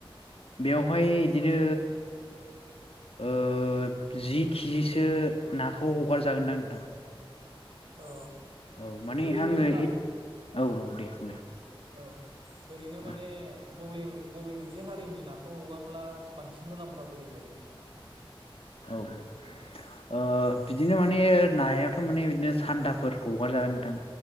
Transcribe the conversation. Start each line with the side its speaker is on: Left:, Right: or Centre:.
Left: बेयावहाय इदिनो ओ जि किजिसो नाखौ हगारजागोनदां नोंथां।
Right: अ।
Left: औ माने
Right: ओरैनो
Left: आङो
Right: नोंथां
Left: एद औ औ दे बुंलाय
Right: औ ओरैनो माने
Left: औ
Right: बबे बबे मोनसे हारिनि नाखौ हगारब्ला बांसिन मुलाम्फा फैगोन बायदि नोंथां
Left: औ औ। ओ बिदिनो माने नायाथ' माने बिदिनो सान्दाफोर हगारजागोन नोंथां।